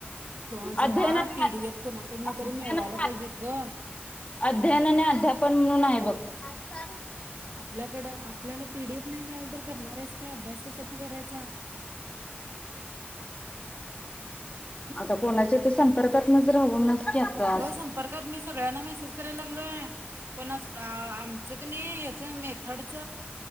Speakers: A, on the right; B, on the left.
A: तो जरा
B: अध्ययन अध्य
A: पी डी एफ कुणाकडनं तरी मिळवायला पाहिजेत
B: अ
A: ग
B: अध्ययनने अध्यापन म्हणून आहे बघ आ चाल
A: आपल्याकडं आपल्याला पीडीएफ नाही मिळाल तर करणार आहेस काय? अभ्यास कशातन करायचा?
B: आता कोणाच्या ते संपर्कांतन राहूनच की आता
A: अगं
B: असं
A: संपर्कात मी सगळ्यांना मेसेज करायला लागलोय कोण आमचं क नाही मे थडच